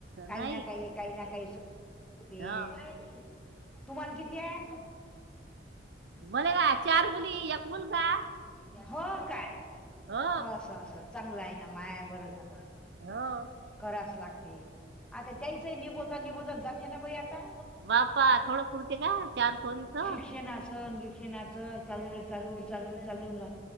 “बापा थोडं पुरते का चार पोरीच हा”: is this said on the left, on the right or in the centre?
Right